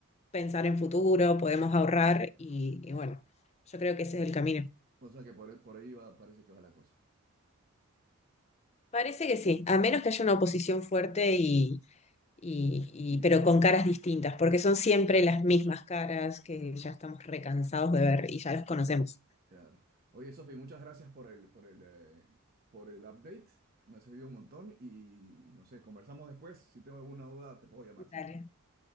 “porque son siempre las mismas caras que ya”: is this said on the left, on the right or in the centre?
Left